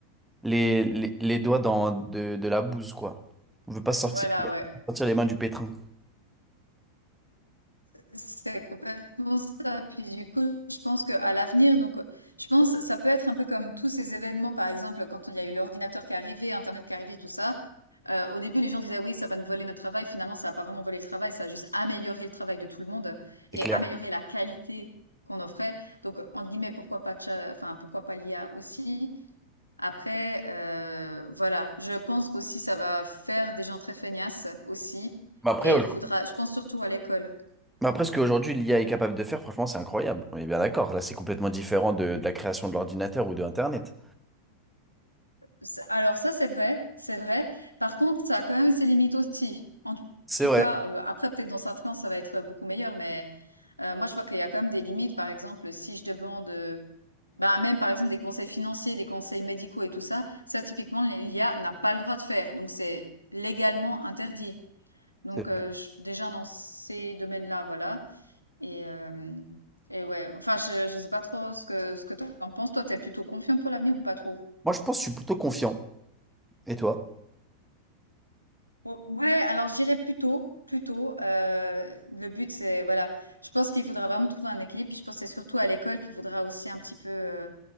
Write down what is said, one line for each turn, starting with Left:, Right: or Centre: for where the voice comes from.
Centre: les, les, les doigts dans, de, de la bouse, quoi. On veut pas sortir,
Left: voilà, ouais.
Centre: sortir les mains du pétrin,
Left: C'est complètement ça. Puis du coup, je pense qu'à l'avenir, donc, heu, je pense ça peut être un peu comme tous ces événements, par exemple, quand il y a eu l'ordinateur qui est arrivé, internet qui est arrivé, tout ça. Heu, au début, les gens disaient: «Oui, ça va nous voler notre travail». Finalement, ça a pas vraiment volé le travail, ça a juste amélioré le travail de tout le monde
Centre: c'est
Left: et
Centre: clair.
Left: amélioré la qualité qu'on offrait. Donc, entre guillemets, «pourquoi pas tcha enfin, pourquoi pas l'IA aussi?» après, heu, voilà, je pense qu'aussi ça va faire des gens très feignasses aussi
Centre: Mais après,
Left: et
Centre: aujourd'hui-
Left: faudra je pense surtout à l'école.
Centre: mais après, ce qu'aujourd'hui l'IA est capable de faire, franchement, c'est incroyable. On est bien d'accord. Là, c'est complètement différent de, de la création de l'ordinateur ou de Internet.
Left: C'est- Alors ça, c'est vrai, c'est vrai. Par contre, ça a quand même ses limites aussi. En
Centre: C'est
Left: tout
Centre: vrai.
Left: cas, euh, après, peut-être dans 5 ans, ça va être euh, beaucoup meilleur, mais euh, moi, je vois qu'il y a quand même des limites. Par exemple, si je demande, euh, bah, même par exemple des conseils financiers, des conseils médicaux et tout ça, ça, typiquement, l'IA n'a pas le droit de faire. Donc, c'est légalement interdit. Donc,
Centre: C'est-
Left: euh, je- déjà dans ces domaines-là, voilà. Et, euh, et ouais, enfin, je, je sais pas trop ce que, ce que t'en penses. Toi, t'es plutôt confiant pour l'avenir ou pas trop?
Centre: Moi, je pense que je suis plutôt confiant. Et toi?
Left: Ou ouais, alors je plutôt, plutôt. tôt, le but c'est voilà, je pense qu'il faudra vraiment trouver un équilibre, puis je pense que c'est surtout à l'école qu'il faudra aussi un petit peu, heu,